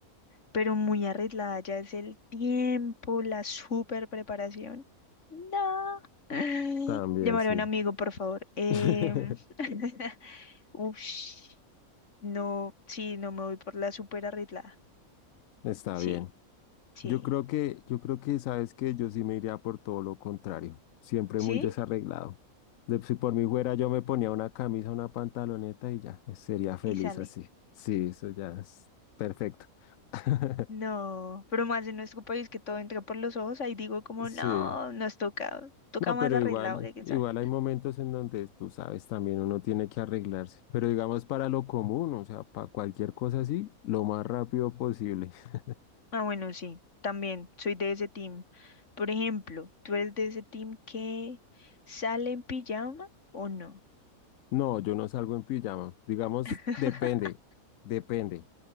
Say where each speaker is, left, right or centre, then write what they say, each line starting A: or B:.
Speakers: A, on the left (about 55°); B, on the left (about 70°).
A: pero muy arreglada ya es el tiempo, la super preparación. No. <gasps> <laughs>
B: También,
A: Llamaré
B: sí.
A: a un amigo, por favor. Em,
B: <laughs>
A: <laughs> ush, no, sí, no me voy por la super arreglada.
B: Está
A: Sí,
B: bien.
A: sí,
B: Yo creo que, yo creo que, sabes que yo sí me iría por todo lo contrario, siempre
A: sí,
B: muy desarreglado. De, si por mí fuera, yo me ponía una camisa, una pantaloneta y ya, sería feliz
A: y sale.
B: así. Sí, eso ya es perfecto. <laughs>
A: No, pero más en nuestro país que todo entra por los ojos, ahí digo como,
B: Sí.
A: no, nos toca, toca
B: No,
A: más
B: pero
A: arreglado
B: igual,
A: que quién
B: igual
A: sabe.
B: hay momentos en donde tú sabes también uno tiene que arreglarse, pero digamos para lo común, o sea, para cualquier cosa así, lo más rápido posible. <laughs>
A: Ah, bueno, sí, también soy de ese team. Por ejemplo, ¿tú eres de ese team que sale en pijama o no?
B: No, yo no salgo en pijama, digamos,
A: <laughs>
B: depende, depende.